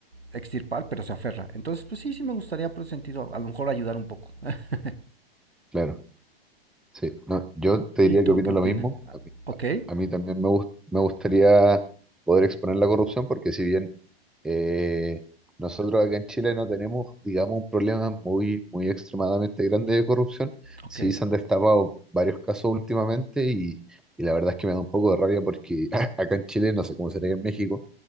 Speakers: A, on the right; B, in the centre.
A: extirpar, pero se aferra. Entonces, pues sí, sí me gustaría por ese sentido a lo mejor ayudar un poco. <laughs>
B: claro, sí. No, yo te
A: ¿Y
B: diría
A: tú
B: que opino
A: qué opinas?
B: lo mismo.
A: ¿Ok?
B: A mí también me, gust- me gustaría poder exponer la corrupción porque si bien eh, nosotros acá en Chile no tenemos, digamos, un problema muy, muy extremadamente grande de corrupción,
A: ¿Ok?
B: sí se han destapado varios casos últimamente y, y la verdad es que me da un poco de rabia porque <laughs> acá en Chile, no sé cómo será en México,